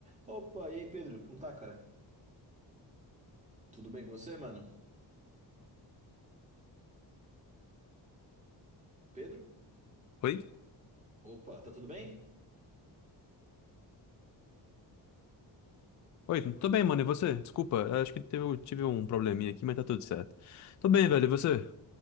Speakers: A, on the right (about 15°); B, on the left (about 45°).
A: Opa, e aí, Pedro? Como tá, cara? Tudo bem com você, mano? Pedro?
B: Oi?
A: Opa, tá tudo bem?
B: Oi, tô bem, mano. E você? Desculpa, acho que teve, tive um probleminha aqui, mas tá tudo certo. Tô bem, velho. E você?